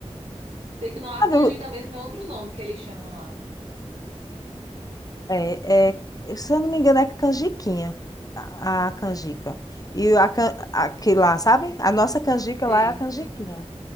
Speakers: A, on the right (about 70°); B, on the left (about 35°).
A: Sei que não, a
B: Sabe,
A: canjica
B: o-
A: mesmo é outro nome que eles chamam lá.
B: é, é, se eu não me engano, é canjiquinha, a, a canjica. E a, can- a que lá, sabe? A nossa canjica
A: Sei.
B: lá é a canjiquinha.